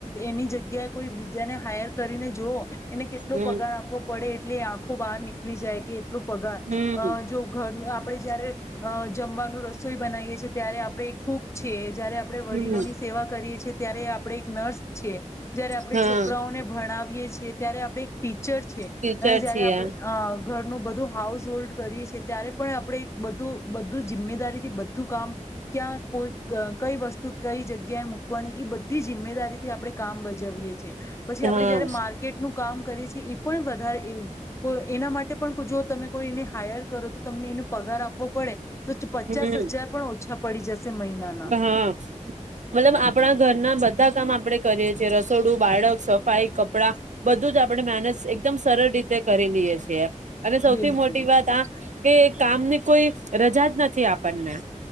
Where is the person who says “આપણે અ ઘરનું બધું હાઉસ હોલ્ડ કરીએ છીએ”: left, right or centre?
Left